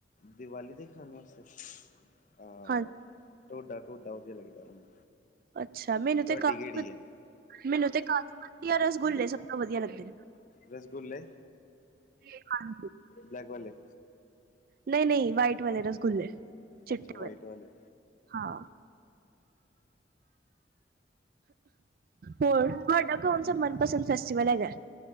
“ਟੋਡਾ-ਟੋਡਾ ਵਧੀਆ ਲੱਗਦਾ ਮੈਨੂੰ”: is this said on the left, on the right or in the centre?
Left